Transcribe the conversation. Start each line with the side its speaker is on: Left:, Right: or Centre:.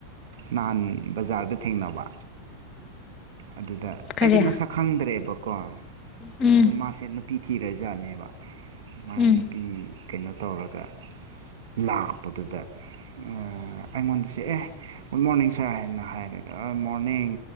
Right: ꯅꯍꯥꯟ꯫ ꯕꯖꯥꯔꯗ ꯊꯦꯡꯅꯕ꯫ ꯑꯗꯨꯗ
Left: ꯀꯔꯤ
Right: ꯑꯩꯗꯤ ꯃꯁꯛ ꯈꯪꯗ꯭ꯔꯦꯕꯀꯣ
Left: ꯎꯝ
Right: ꯑꯗꯣ ꯃꯥꯁꯦ ꯅꯨꯄꯤ꯫ ꯊꯤꯔꯖꯥꯠꯅꯦꯕ ꯃꯥꯏ
Left: ꯎꯝ
Right: ꯅꯨꯄꯤ ꯀꯩꯅꯣ ꯇꯧꯔꯒ꯫ ꯂꯥꯛꯄꯗꯨꯗ ꯑꯩꯉꯣꯟꯗꯁꯨ ꯑꯦ꯫ ꯒꯨꯠ ꯃꯣꯔꯅꯤꯡ ꯁꯥꯔ ꯍꯥꯏꯅ ꯍꯥꯏꯔꯒ ꯑꯥ ꯃꯣꯔꯅꯤꯡ